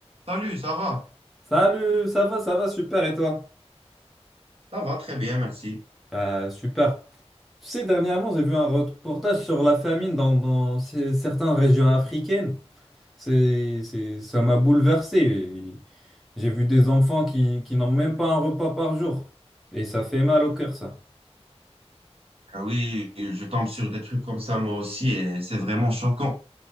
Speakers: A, on the right; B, in the centre.
A: Salut, ça va?
B: Salut, ça va, ça va, super, et toi?
A: Ça va très bien, merci.
B: Bah, super. Tu sais, dernièrement, j'ai vu un reportage sur la famine dans, dans ce- certaines régions africaines. C'est, c'est, ça m'a bouleversé. J'ai vu des enfants qui, qui n'ont même pas un repas par jour. Et ça fait mal au cœur, ça.
A: Ah oui, je tombe sur des trucs comme ça moi aussi et c'est vraiment choquant.